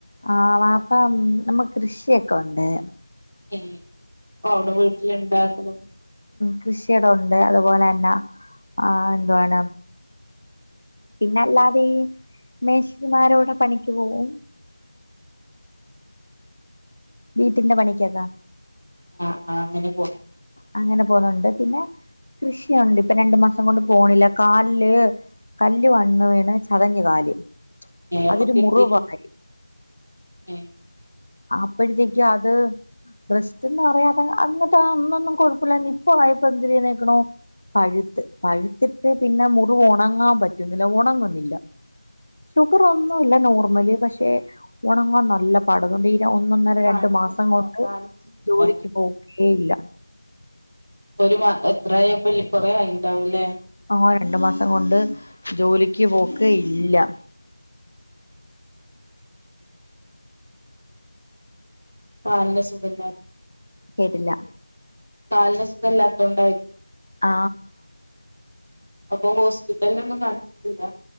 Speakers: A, on the left (about 45°); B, on the right (about 75°).
A: ആ വാപ്പ ഉം നമ്മ കൃഷിയൊക്കെ ഒണ്ടേ
B: ഏ അ അവിടെ വീട്ടില് ഇണ്ടാക്കുന്നു
A: കൃഷിടം ഒണ്ട് അതുപോലെന്ന ആ എന്തുവാണ് പിന്നല്ലാതെ മേശരിമാരോടെ പണിക്ക് പോവും വീട്ടിന്റെ പണിക്കക്കാ
B: ആ ആ അങ്ങനെ പോയി
A: അങ്ങനെ പോന്നുണ്ട് പിന്നെ കൃഷിയുണ്ട് ഇപ്പൊ രണ്ടു മാസം കൊണ്ട് പോണില്ല കാലില് കല്ല് വന്ന് വീണ് ചതഞ്ഞ് കാല്
B: എ അപ്പ
A: അതൊരു
B: കെട്ടിട്ടുണ്ടോ
A: മുറിവായി
B: എ
A: അപ്പഴത്തേക്കു അത് റെസ്റ്റ്ന്ന് പറയാതെ അങ്ങത്തെ അന്നൊന്നും കൊഴപ്പല്ലഞ്ഞ് ഇപ്പൊ ആയപ്പോ എന്തിര്ന്ന് കേക്കണോ പഴ്ത്ത് പഴ്ത്തിട്ട് പിന്നെ മുറിവ് ഒണങ്ങാൻ പറ്റുന്നില്ല ഒണങ്ങുന്നില്ല ഷുഗർ ഒന്നു ല്ല നോർമല് പക്ഷെ ഒണങ്ങാൻ നല്ല പാടതുകൊണ്ട് ഈ ഒന്നൊന്നര
B: കാണിച്ചിട്ടില്ല
A: രണ്ടു മാസം കൊണ്ട്
B: കാണിച്ചിട്ടില്ല
A: ജോലിക്ക് പോകേയില്ല
B: ഒരു മാ എത്രായിപ്പം കൊറേ ആയിണ്ടാവൂല്ലേ
A: ആ രണ്ടു മാസം കൊണ്ട് ജോലിക്ക് പോക്ക് ഇ ഇല്ല
B: ആ എന്താ സുഖല്ല
A: കേട്ടില്ല
B: കാലിന് സുഖല്ലാത്തോണ്ടായി
A: ആ
B: അപ്പൊ ഹോസ്പിറ്റലിലൊന്നും കാണിച്ചിട്ടില്ല